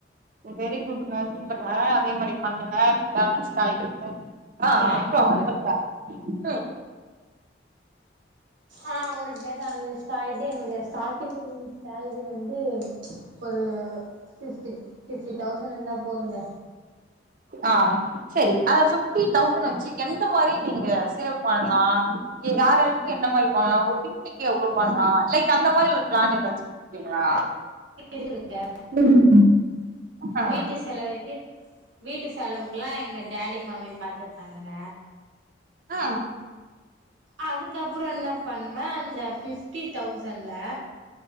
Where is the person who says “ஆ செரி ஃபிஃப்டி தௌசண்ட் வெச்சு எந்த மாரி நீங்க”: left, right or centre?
Right